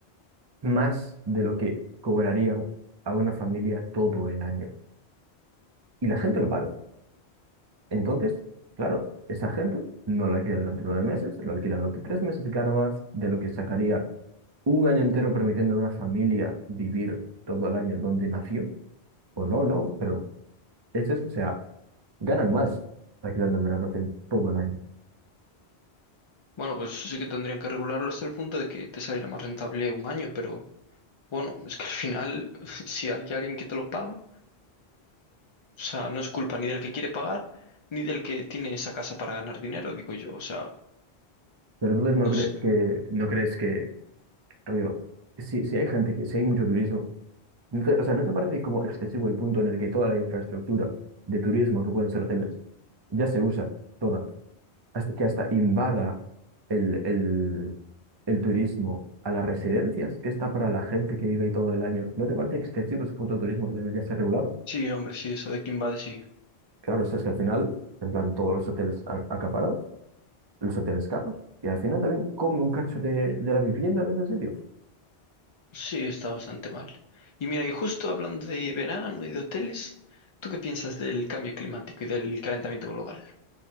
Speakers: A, on the right; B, on the left.
A: más de lo que cobrarían a una familia todo el año. Y la gente lo paga. Entonces, claro, esa gente no lo alquila durante nueve meses, lo alquila durante tres meses, gana más de lo que sacaría un año entero permitiendo a una familia vivir todo el año donde nació, o no, no, pero es eso, o sea, ganan más alquilando en verano que en todo el año.
B: Bueno, pues sí que tendrían que regularlo hasta el punto de que te saliera más rentable un año, pero bueno, es que al final, <laughs> si hay alguien que te lo paga, o sea, no es culpa ni del que quiere pagar, ni del que tiene esa casa para ganar dinero, digo yo, o sea,
A: Pero entonces no
B: no
A: crees
B: sé.
A: que, no crees que, rollo, si, si hay gente que, si hay mucho turismo, no te- o sea, ¿no te parece como excesivo el punto en el que toda la infraestructura de turismo que pueden ser hoteles ya se usa toda, hasta, que hasta invada el, el, el turismo a las residencias que está para la gente que vive ahí todo el año? ¿No te parece excesivo ese punto de turismo que debería ser regulado?
B: Sí, hombre, sí, eso de Kimbad sí,
A: Claro, o sea, es que al final, en plan, todos los hoteles a- acaparados, los hoteles caros, y al final también come un cacho de, de la vivienda de ese sitio.
B: sí está bastante mal. Y mira, y justo hablando de verano y de hoteles, ¿tú qué piensas del cambio climático y del calentamiento global?